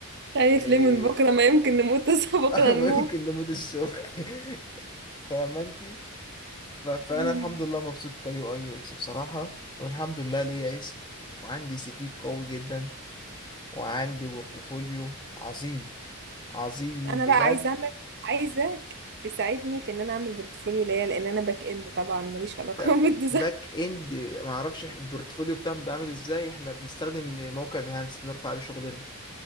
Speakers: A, on the right; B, on the left.
A: خايف
B: إيه...
A: ليه من بكره ما يمكن نموت <laughs> تصحى بكره
B: <laughs>
A: نموت
B: ما يمكن نموت الصبح <laughs> فاهمة انت ف... فانا
A: مم.
B: الحمد لله مبسوط كيو اي يو اكس بصراحة والحمد لله ليا اسم وعندي سي في قوي جدا وعندي بورتفوليو عظيم عظيم
A: انا
B: بجد
A: بقى عايزه اعمل عايزاك تساعدني في ان انا اعمل بورتفوليو ليا لان انا باك اند طبعا ماليش علاقه
B: طب
A: <laughs> بالديزاين
B: باك اند ما اعرفش البورتفوليو بتاعهم بيعمل ازاي احنا بنستخدم موقع بيهانس بنرفع عليه شغلنا